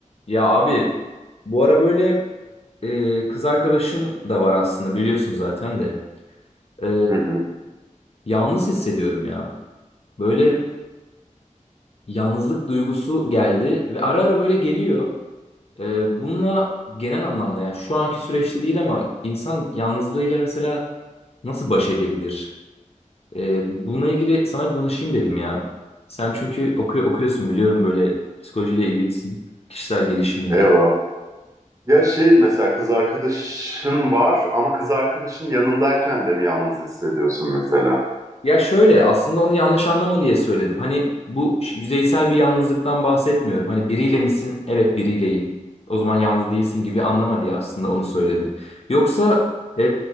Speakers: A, on the left; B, on the right.
A: Ya abi bu ara böyle e, kız arkadaşım da var aslında biliyorsun zaten de. E,
B: Hı hı.
A: yalnız hissediyorum ya. Böyle yalnızlık duygusu geldi ve ara ara böyle geliyor. E, bununla genel anlamda yani şu anki süreçte değil ama insan yalnızlığıyla mesela nasıl baş edebilir? E, bununla ilgili sana bir danışayım dedim ya. Sen çünkü okuyor, okuyorsun biliyorum böyle psikolojiyle ilgilisin. Kişisel gelişimle.
B: Eyvallah. Ya şey mesela kız arkadaşın var ama kız arkadaşın yanındayken de mi yalnız hissediyorsun mesela?
A: Ya şöyle aslında onu yanlış anlama diye söyledim. Hani bu ş- yüzeysel bir yalnızlıktan bahsetmiyorum. Hani biriyle misin? Evet biriyleyim. O zaman yalnız değilsin gibi anlama diye aslında onu söyledim. Yoksa e,